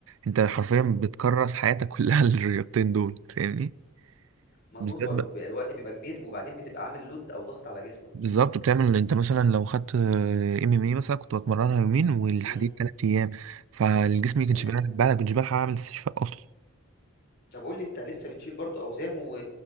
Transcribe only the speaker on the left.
مظبوط
هو الب-
الوقت بيبقى كبير وبعدين بتبقى عامل لود او ضغط على جسمك
امم
تمام
طب قول لي انت لسه بتشيل برضو اوزان و...